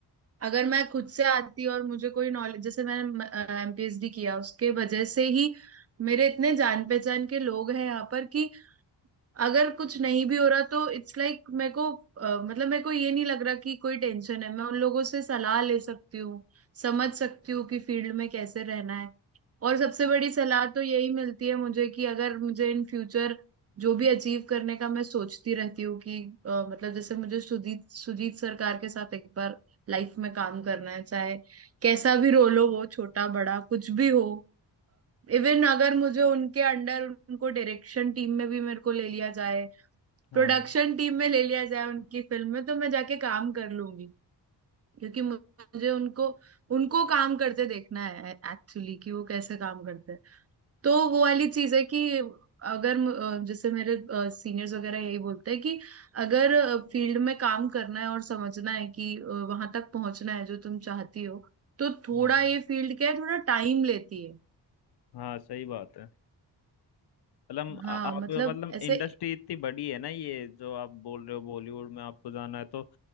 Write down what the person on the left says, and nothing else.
हाँ
हाँ
हाँ सही बात है मतलब
आ- आप
मतलब
इंडस्ट्री इतनी बड़ी है ना ये जो आप बोल रहे हो बॉलीवुड में आपको जाना है तो